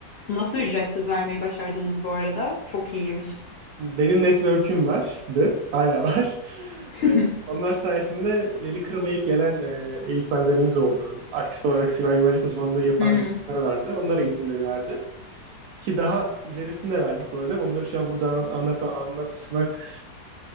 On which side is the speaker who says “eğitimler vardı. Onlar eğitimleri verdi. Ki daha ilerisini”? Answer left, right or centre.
Right